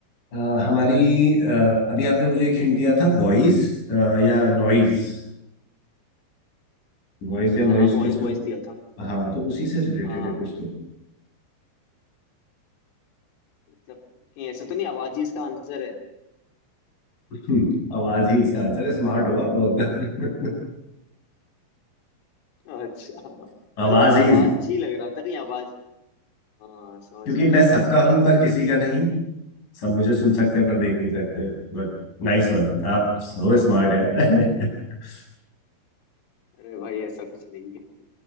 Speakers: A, on the left; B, on the left.
A: अ, हमारी अ, अभी आपने मुझे एक हिंट दिया था वॉइस या नॉइज वॉइस या नॉइज
B: हाँ हाँ बॉयज
A: कुछ तो
B: बॉयज दिया था
A: हाँ तो उसी से रिलेटेड
B: हाँ
A: है
B: हाँ
A: कुछ तो
B: मतलब नहीं ऐसा तो नहीं आवाज ही इसका आंसर है
A: हम्म, आवाज ही इसका आंसर है स्मार्ट हो आप बहुत
B: अच्छा
A: <laughs> आवाज
B: मुझे पता है,
A: ही
B: आवाज
A: इस-
B: ही लग रहा था नहीं आवाज हाँ समझ
A: क्योंकि
B: गया
A: मैं
B: समझ
A: सबका
B: गया
A: हूं पर किसी का नहीं सब मुझे सुन सकते हैं पर देख नहीं सकते बट नाइस वन आप
B: हाँ
A: सो स्मार्ट
B: वही
A: यार <laughs>
B: अरे भाई ऐसा कुछ नहीं है